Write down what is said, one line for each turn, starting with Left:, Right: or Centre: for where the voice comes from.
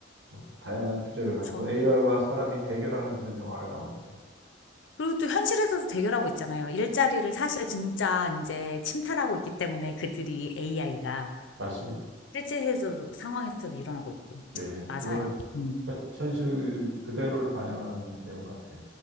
Right: 뭐 다양한 주제를
Left: 그렇죠.
Right: 가지고 AI와 사람이 대결하는 그런 영화를 나오고 있더라고요.
Left: 그리고 또 현실에서도 대결하고 있잖아요. 일자리를 사실 진짜 이제 침탈하고 있기 때문에 그들이 AI가
Right: 맞습니다.
Left: 실제에서도 상황에서도 일어나고 있고.
Right: 예.
Left: 맞아요.
Right: 그거를
Left: 음.
Right: 현, 현실 그대로를 반영하는 내용 같아요.